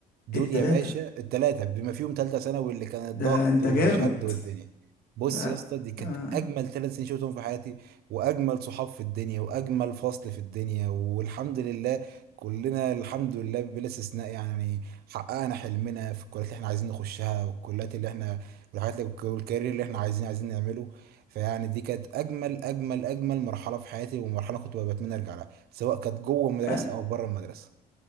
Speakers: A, on the right; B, on the left.
A: دول
B: التلاتة
A: يا باشا التلاتة بما فيهم تالتة ثانوي اللي كان الضغط
B: ده انت
A: والشد
B: جامد
A: والدنيا بص
B: لا
A: يا اسطى دي كانت
B: آه.
A: أجمل ثلاث سنين شفتهم في حياتي وأجمل صحاب في الدنيا وأجمل فصل في الدنيا والحمد لله كلنا الحمد لله بلا استثناء يعني حققنا حلمنا في الكليات اللي احنا عايزين نخشها والكليات اللي احنا والحاجات اللي والكارير اللي احنا عايزين عايزين نعمله فيعني دي كانت أجمل أجمل أجمل مرحلة في حياتي ومرحلة كنت بتمنى أرجع لها سواء كانت جوه المدرسة
B: أنا
A: أو بره المدرسة.